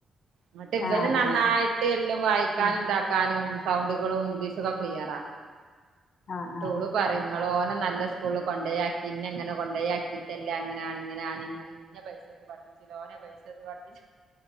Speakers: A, on the right; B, on the left.
A: ന്നെട്ട് ഇവന്
B: ആ
A: നന്നായിട്ട്
B: ആ
A: എല്ലാം വായിക്കാനും
B: ആ
A: ഇണ്ടാക്കനും. കനും സൗണ്ടുകളും ഇംഗ്ലീഷക്കെ ക്ലിയറ
B: ആ ആ
A: ന്നെട്ട് ഒള്ള് പറഞ്ഞ്. ങ്ങൾ ഓനെ നല്ല സ്കൂള് കൊണ്ടോ ആക്കി ന്നങ്ങനെ കൊണ്ട ആക്കിയിട്ടല്ലേ അങ്ങനെയണ ഇങ്ങനെയ.. ഇന്നെ പൈസടുത്ത് പഠപ്പിച്ചിലാ ഓനെ പൈസത്ത് പഠിപ്പിച്ചു..